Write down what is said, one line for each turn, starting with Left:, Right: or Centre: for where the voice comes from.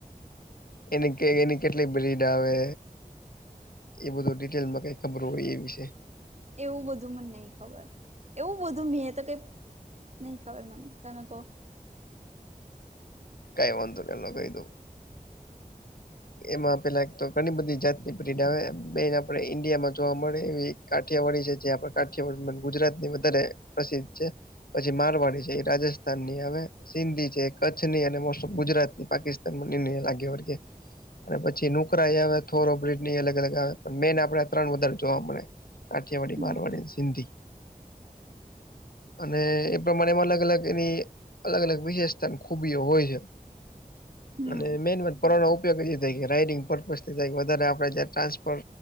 Left: એની કે એની કેટલી બ્રીડ આવે એવુ નથી કે અમને કઈ ખબર હોય એ વિશે
Right: એવું બધું મને નય ખબર એવું બધું મેં તો કઈ નય ખબર મને તમે કો.
Left: કઈ વાંધો ની એમને કય દવ. એમાં પેલા તો ઘણી બધી જાતની <unintelligible> આવે બેન આપડે ઈન્ડિયામાં જોવા મળે એવી કાઠિયાવાડી છે જે આપડે કાઠિયાવાડી, ગુજરાત ની વધારે પ્રસિદ્ધ છે. પછી મારવાડી છેઈ રાજસ્થાન ની આવે. સિંધી છે, કચ્છની અને મોસ્ટ ઓફ ગુજરાત ની પાકિસ્તાન બને ને લાગે વળગે. અને પછી નુકરાઈ આવે થોરો બ્રિડની અલગ અલગ આવે પણ મેઈન આપડે ત્રણ વધારે જોવા મળે. કાઠીયાવાડી,
Right: હમ
Left: મારવાડી ને સિંધી. અને એ પ્રમાણે એમાં અલગ અલગ એની અલગ અલગ વિશેષતા ને ખુબી હોય છે.
Right: હમ
Left: અને મેઇન વાત પઅર એના ઉપયોગ રાઇડિંગ પર્પઝ કઈ વધારે આપડે ટ્રાન્સફર